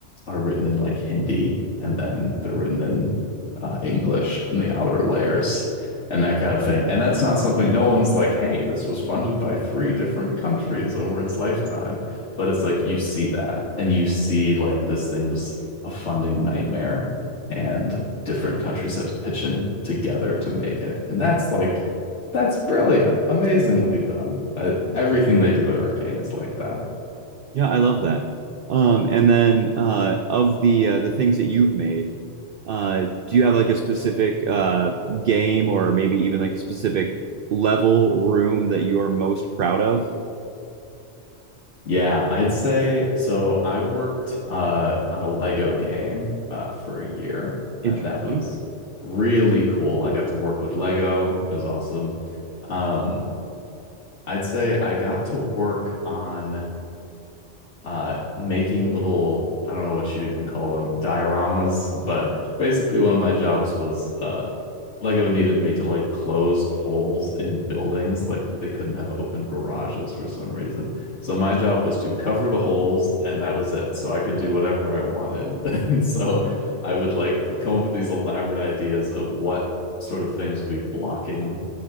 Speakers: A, on the left; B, on the right.
A: are written in like Hindi and then they're written in uh, English on the outer layers and that kind of thing. And that's not something no one's like, hey, this was funded by three different countries over its lifetime. But it's like you see that and you see like this thing was a funding nightmare and different countries have to pitch in together to make it. And that's like, that's brilliant, amazingly done. Uh, everything they do at Arcane is like that.
B: Yeah, I love that. Um, and then uh, of the uh, the things that you've made, uh, do you have like a specific uh game or maybe even like a specific level room that you're most proud of?
A: Yeah, I'd say so. I worked uh, on a Lego game uh, for a year.
B: Interesting.
A: Uh, that was really cool. I got to work with Lego. It was awesome. Um, I'd say I got to work on uh, making little, I don't know what you'd even call them, dioramas, but basically one of my jobs was uh, Lego needed me to like close holes in buildings. Like they couldn't have open garages for some reason. So my job was to cover the holes and that was it. So I could do whatever I wanted. <laughs> And so I would like come up with these elaborate ideas of what sort of things would be blocking